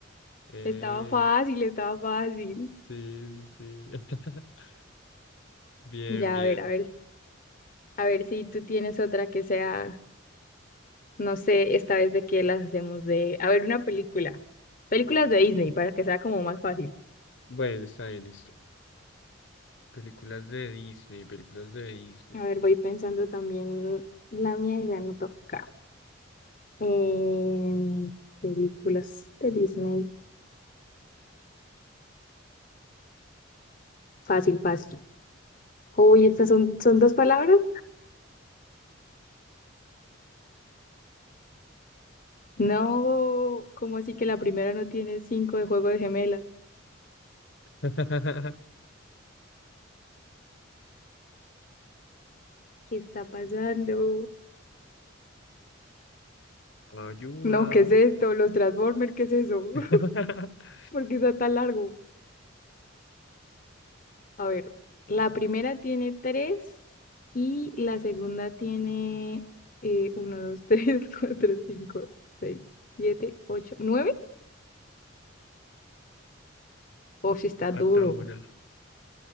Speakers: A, on the left; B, on the left.
A: Eh,
B: Estaba fácil, estaba fácil.
A: sí, sí, sí. <laughs> Bien,
B: Ya,
A: bien.
B: a ver, a ver, a ver si tú tienes otra que sea, no sé, esta vez de qué las hacemos de, a ver, una película. Películas de Disney para que sea como más fácil.
A: Bueno, está bien, listo. Películas de Disney, películas de Disney.
B: A ver, voy pensando también la mía y la anoto acá. Em, películas de Disney. Fácil, fácil. Uy, estas son, son dos palabras. No, ¿cómo así que la primera no tiene cinco de juego de gemelas?
A: <laughs>
B: ¿Qué está pasando?
A: Ayuda.
B: No, ¿qué es esto? Los Transformers, ¿qué es eso?
A: <laughs>
B: <laughs> ¿Por qué está tan largo? A ver, la primera tiene tres y la segunda tiene eh, uno, dos, tres, <laughs> cuatro, cinco, seis, siete, ocho, nueve. Oh, sí está
A: Falta
B: duro.
A: una.